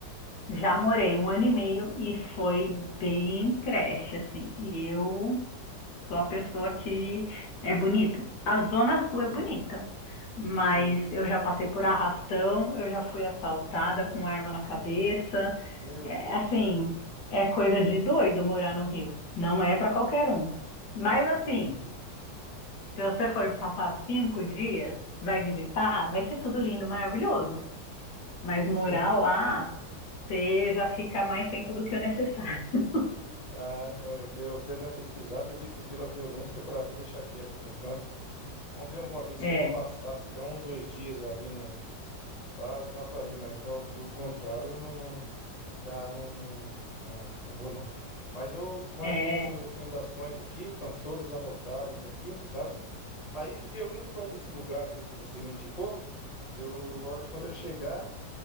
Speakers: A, on the left (about 70°); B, on the left (about 25°).
A: Já morei um ano e meio e foi bem creche, assim. E eu sou a pessoa que é bonito. A Zona Sul é bonita, mas
B: Sim.
A: eu já passei por arrastão, eu já fui assaltada com arma na cabeça.
B: Meu
A: É,
B: Deus.
A: assim, é coisa de doido morar no Rio. Não é para qualquer um. Mas assim,
B: Hum,
A: se você for passar cinco dias, vai visitar, vai ser tudo lindo, maravilhoso. Mas morar
B: sim.
A: lá, você já fica mais tempo do que o necessário. <laughs>
B: Ah, então eu, te- eu até dei uma pesquisada, eu vi por- pela violência, daí eu falei, ah, vou deixar quieto por enquanto. Vamos ver alguma vez
A: É,
B: se for para passar, ficar um, dois dias ali no, tá, dá para ir, mas no- do contrário, eu não, não- já não, não, não, não vou não. Mas eu marquei
A: é,
B: as suas recomendações aqui, estão todas anotadas aqui, sabe? Aí eu indo para um desses lugares aí que você me indicou, eu, a hora quando eu chegar